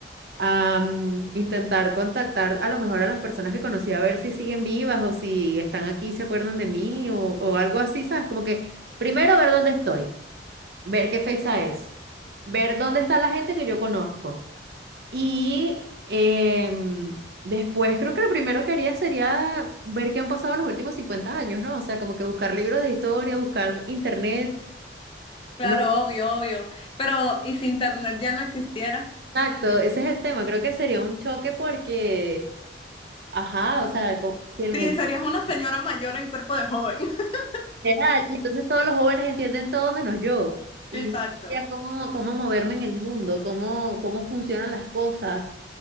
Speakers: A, on the right; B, on the left.
A: Am, intentar contactar a lo mejor a las personas que conocí a ver si siguen vivas o si están aquí, se acuerdan de mí o, o algo así, ¿sabes? Como que primero ver dónde estoy, ver qué fecha es, ver dónde está la gente que yo conozco. Y em, después creo que lo primero que haría sería ver qué han pasado los últimos 50 años, ¿no? O sea, como que buscar libros de historia, buscar internet.
B: Claro,
A: No,
B: obvio, obvio. Pero, ¿y si internet ya no existiera?
A: exacto, ese es el tema. Creo que sería un choque porque... Ajá, o sea, co- si el mundo
B: Sí, serías una señora mayor en cuerpo de joven. <laughs>
A: Literal, y entonces todos los jóvenes entienden todo menos yo. Y
B: Exacto.
A: no sabía cómo, cómo moverme en el mundo, cómo, cómo funcionan las cosas.